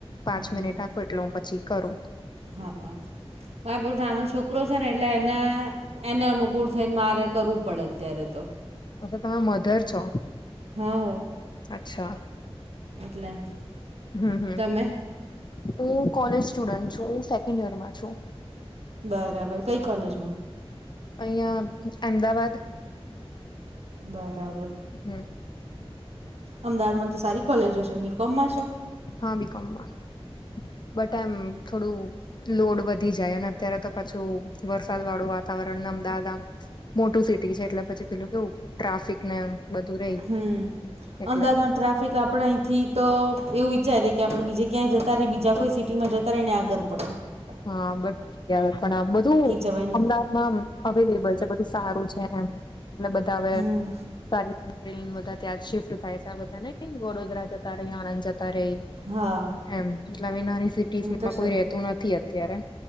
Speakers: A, on the left; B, on the right.
A: પાંચ
B: હમ
A: મિનિટ આપો, એટલે હું પછી કરું.
B: હા, હ, મારો નાનો છોકરો છે ને, એટલે એના એને અનુકૂળ થઈને મારે કરવું પડે અત્યારે તો.
A: એટલે તમે મધર છો.
B: હા.
A: અચ્છા.
B: એટલે.
A: હમ હમ,
B: તમે?
A: હું કોલેજ સ્ટુડન્ટ છું. સેકન્ડ યરમાં છું.
B: બરાબર. કઈ કોલેજમાં?
A: અહીંયા અહેમદાવાદ.
B: બરાબર.
A: હમ.
B: અમદાવાદમાં તો સારી કોલેજો છે, બી. કોમ. માં છે.
A: હા બીકોમમાં બટ એમ થોડું લોડ વધી જાય અને અત્યારે તો પાછું વરસાદ વાળું વાત. વાતાવરણ ને અમદાવાદ આમ મોટું સિટી છે, એટલે પછી પેલું કેવું ટ્રાફિક ને એમ. બધું રેય.
B: હમ,
A: એટલે
B: અમદાવાદમાં. ટ્રાફિક, આપણે અહીંથી તો એવું વિચારીએ, કે આપણે બીજે ક્યાંય જતા રહી, બીજા કોઈ સિટીમાં જતા રહીને, આગળ. પણણે <unintelligible> <inaudible>
A: હા, બટ પણ બધું
B: જવાય
A: અમદાવાદમાં અવેલેબલ છે. બધું. સારું છે એમ. એટલે બધા હવે.
B: હમ
A: સારી. એપ્રલ બધા ત્યાં શિફ્ટ થાય છે. આ બધા ને વડોદરા જતા રેય, આણંદ જતા રેય.
B: હા.
A: એમ નાની-નાની સિટીઝમાં
B: એ તો છે
A: કોઈ રેતું નથી અત્યારે.